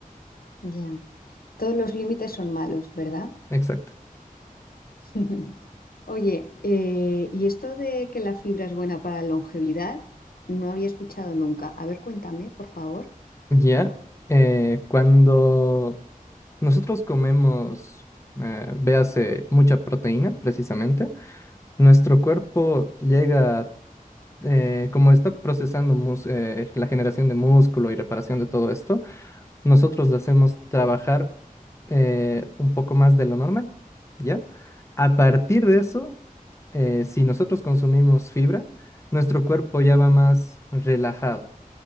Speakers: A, on the left; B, on the left.
A: ya. Todos los límites son malos, ¿verdad?
B: Exacto.
A: <laughs> Oye, eh, ¿y esto de que la fibra es buena para la longevidad? No había escuchado nunca. A ver, cuéntame, por favor.
B: Ya, eh, cuando nosotros comemos, eh, véase, mucha proteína, precisamente, nuestro cuerpo llega, eh, como está procesando mus- eh, la generación de músculo y reparación de todo esto, Nosotros lo hacemos trabajar eh, un poco más de lo normal, ¿ya? A partir de eso, eh, si nosotros consumimos fibra, nuestro cuerpo ya va más relajado.